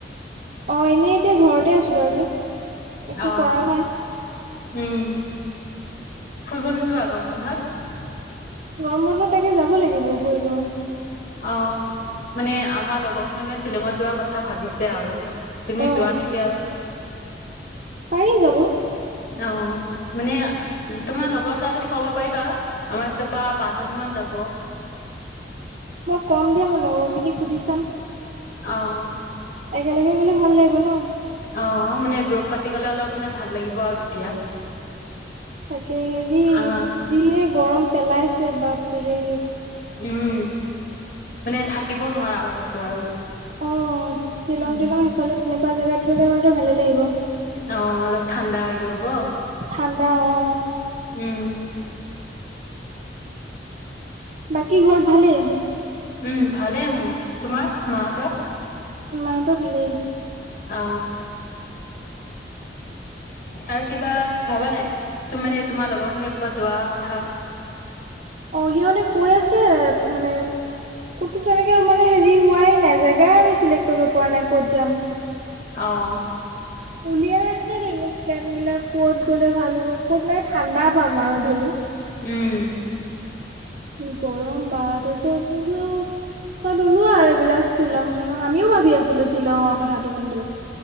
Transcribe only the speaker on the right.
অ এনেই এতিয়া ঘৰতে আছোঁ বাৰু তো একো
কৰা নাই।
গৰম বন্ধ তাকে যাব লাগিব ফুৰিব।
অ
পাৰি যাব।
মই কম দিয়া মই লগৰখিনি সুধি চাম।
একেলগে গ'লে ভাল লাগিব ন।
তাকে হেৰি
যিয়ে গৰম পেলাইছে বাপৰে।
অ শ্বিলং
তিলং সেইফালে তেনেকুৱা জেগাত গ'লে বাৰু ভালে লাগিব। <unintelligible>
ঠাণ্ডা অ অ।
বাকী ঘৰ ভালে।
মাহতৰ ভালেই।
অ সিহঁতে কৈ আছে মানে ক'তো তেনেকে মানে হেৰি হোৱাই নাই জেগা আমি চিলেক্ কৰিব পৰা নাই ক'ত যাম।
উলিয়াই আছে তেনো প্লেন বিলাক কত গ'লে ভাল হ'ব ক'ত মান ঠাণ্ডা পাম আৰু ধৰি লওক,
চি গৰম বা তাৰপিছও লোৱা। <unintelligible> বিলাক শ্বিলঙ তিশ্বিলঙআমিও ভাবি আছিলো শ্বিলঙৰ কথাটো কিন্তু। <unintelligible>